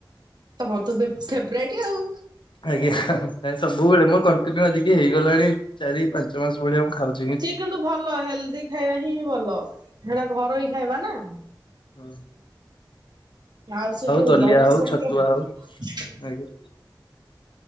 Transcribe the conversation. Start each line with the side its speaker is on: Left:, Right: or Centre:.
Right: ହ ହଁ ତ ଭ ଫେବରାଇଟ ଆଉ।
Left: ଆଜ୍ଞା ସବୁବେଳେ ମୋ କଣ୍ଟିନ୍ୟୁ ଆଜିକି ହେଇଗଲାଣି ଚାରି ପାଞ୍ଚ ମାସ ଭଳିଆ ମୁଁ ଖାଉଚି।
Right: ସିଏ କିନ୍ତୁ ଭଲ ହେଲ୍ଦି ଖାଇବା ହିଁ ହିଁ ଭଲ ସେଟା ଘର ହିଁ ଖାଇବା ନା।
Left: ହୁଁ।
Right: ଆଉ ସେ ଯୋଉ
Left: ଦଲିଆ
Right: ଜଳି
Left: ହଉ
Right: ଖିଆ ଫଳିକିଆ
Left: ଛତୁଆ
Right: ଖିଆ
Left: ହଉ ଆଜ୍ଞା।